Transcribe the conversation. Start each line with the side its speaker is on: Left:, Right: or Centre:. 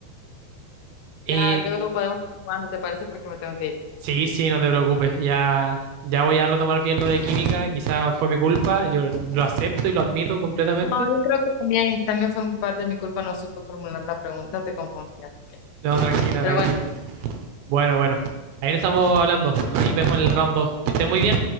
Right: Eh,
Left: ya luego podemos ir jugando, ¿te parece? Porque me tengo que ir.
Right: sí, sí, no te preocupes, ya, ya voy a retomar bien lo de química, quizás fue mi culpa, yo lo acepto y lo admito completamente.
Left: No, yo creo que también, también fue parte de mi culpa, no supe formular la pregunta, te confundía.
Right: No, tranquila,
Left: Pero
Right: tranquila.
Left: bueno,
Right: Bueno, bueno. Ahí nos estamos hablando. Ahí vemos el round 2. Que esté muy bien.